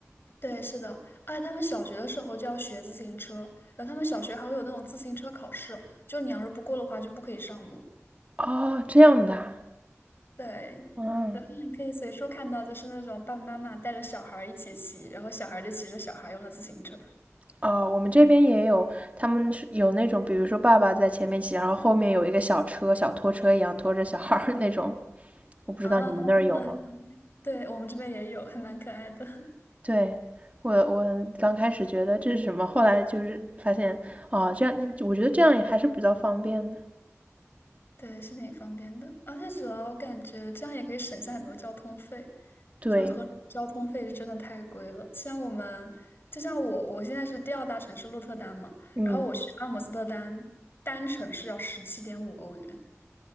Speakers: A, on the left; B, on the right.
A: 对，是的，而且他们小学的时候就要学自行车，然后他们小学还会有那种自行车考试，就你要是不过的话就不可以上路。
B: 哦，这样的啊
A: 对，
B: 嗯，
A: 然后你可以随处看到，就是那种爸爸妈妈带着小孩儿一起骑，然后小孩儿就骑着小孩儿用的自行车
B: 哦，我们这边也有，他们是有那种，比如说爸爸在前面骑，然后后面有一个小车，小拖车一样拖着小孩儿那种，我不知道你们那儿有吗？
A: 啊，<laughs> 对，我们这边也有，还蛮可爱的。
B: 对，我我刚开始觉得这是什么，后来就是发现，哦，这样，我觉得这样也还是比较方便的。
A: 对，是挺方便的，而且主要我感觉这样也可以省下很多交通费。
B: 对，
A: 像荷兰交通费是真的太贵了，像我们，就像我，我现在是第二大城市鹿特丹嘛，
B: 嗯，
A: 然后我去阿姆斯特丹单程是要十七点五欧元，